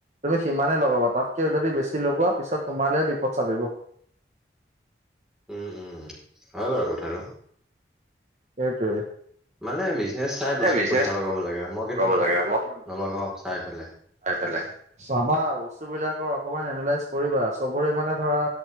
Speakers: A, on the right; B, in the centre.
A: তুমি সিমানে লগাবা, তাতকে যদি বেছি লগোৱা পিছত তোমালে বিপদ চাপিব।
B: উম উম হয় বাৰু কথাটো।
A: সেইটোৱে।
B: মানে বিজনেছ চাই
A: মানে
B: ব
A: বিজনেছ
B: পইচা লগাব লাগে। মই কিন্তু
A: লগাব লাগে মই
B: নলগাওঁ চাই পেলাই।
A: চাই পেলাই, চাবা বস্তুবিলাকৰ অকমান এনেলাইজ কৰিবা, চবৰে মানে ধৰা